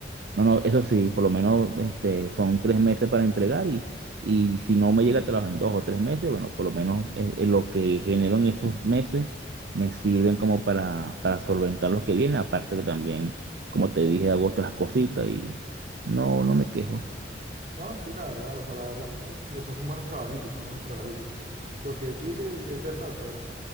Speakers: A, on the right (about 65°); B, on the right (about 45°).
A: No, no, eso sí, por lo menos este, son tres meses para entregar y, y si no me llega a trabajar en dos o tres meses, bueno, por lo menos eh, eh, lo que genero en esos meses me sirven como para, para solventar los que vienen, aparte que también, como te dije, hago otras cositas y no, no me quejo.
B: No, sí, la verdad, o sea, la verdad es un- o sea, son buenos trabajitos, son buenos trabajitos. Lo que tú dices es verdad, o sea,